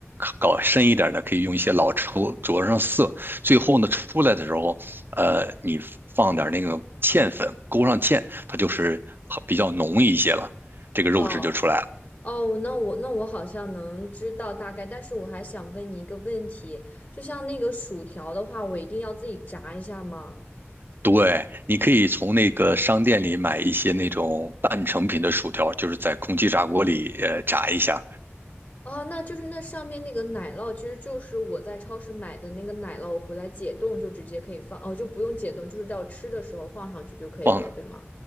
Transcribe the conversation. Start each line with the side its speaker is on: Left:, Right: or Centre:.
Right: 搞深一点的可以用一些老抽着上色，最后呢出来的时候。呃，你放点那个芡粉，勾上芡，它就是好比较浓一些了，这个肉质就出来了。
Left: 哦哦，那我那我好像能知道大概，但是我还想问你一个问题，就像那个薯条的话，我一定要自己炸一下吗？
Right: 对，你可以从那个商店里买一些那种半成品的薯条，就是在空气炸锅里呃炸一下，
Left: 哦，那就是那上面那个奶酪，其实就是我在超市买的那个奶酪，我回来解冻就直接可以放，哦，就不用解冻，就是到吃的时候放上去就可以了，
Right: 放
Left: 对吗？